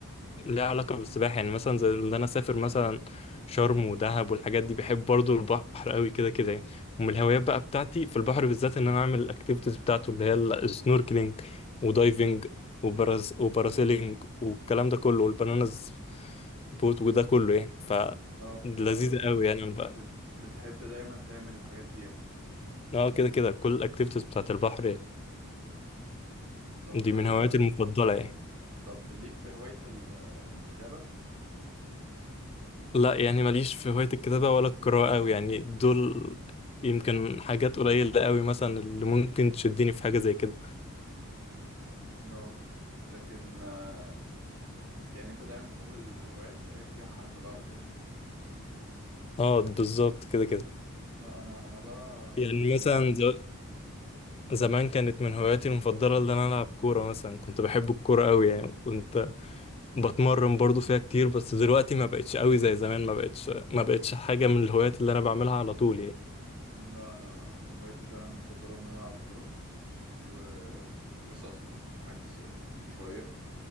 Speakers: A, on the left; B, on the right.
A: ليها علاقة بالسباحة يعني مثلا زي اللي أنا أسافر مثلا شرم ودهب والحاجات دي بحب برضو البحر قوي كده كده يعني ومن الهوايات بقى بتاعتي في البحر بالذات إن أنا أعمل الأكتيفيتيز بتاعته اللي هي السنوركلينج ودايفنج وبراز وباراسيلينج والكلام ده كله والبنانز بوت وده كله يعني ف
B: اه ف-
A: لذيذة
B: فانت بتح-
A: قوي
B: بت-
A: يعني أنا بقى
B: بت- بتحب دايما تعمل الحاجات دي يعني
A: اه كده كده كل الأكتيفيتيز بتاعت البحر
B: طب
A: دي
B: آه،
A: من هواياتي المفضلة يعني
B: طب ليك في هواية ال- آه، الكتابة؟
A: لا يعني ماليش في هواية الكتابة ولا القراءة أوي يعني دول يمكن حاجات قليلة أوي مثلا اللي ممكن تشدني في حاجة زي كده
B: نو لكن آه، يعني انت دايما بتحب الهوايات اللي هي فيها حركة بقى وكده
A: اه بالظبط كده كده
B: لا انا انا بقى
A: يعني مثلا ز- زمان كانت من هواياتي المفضلة اللي أنا ألعب كورة مثلا كنت بحب الكورة أوي يعني كنت بتمرن برضو فيها كتير بس دلوقتي ما بقتش أوي زي زمان ما بقتش ما بقتش حاجة من الهوايات اللي أنا بعملها على طول يعني
B: لا انا من هواياتي فعلا المفضلة ان انا العب كورة وكنت لسه اصلا في حجز من شوية